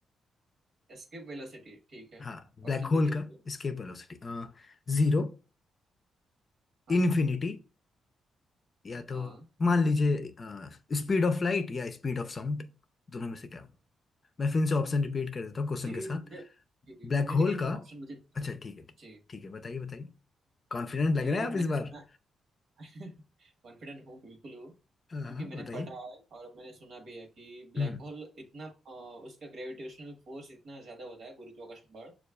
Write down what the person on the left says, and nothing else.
हाँ ब्लैक
होल
का
एस्केप वेलोसिटी जीरो
इन्फिनिटी या तो
मान लीजिए स्पीड ऑफ लाइट या स्पीड ऑफ साउंड दोनों में से क्या होगा मैं फिर से ऑप्शन रिपीट कर देता हूँ क्वेश्चन
के साथ
ब्लैक
होल
का
अच्छा ठीक है ठीक
ठीक है बताइए बताइए कॉन्फिडेंट लग
रहे
हैं आप
इस बार
हाँ हाँ,
बताइए
हम्म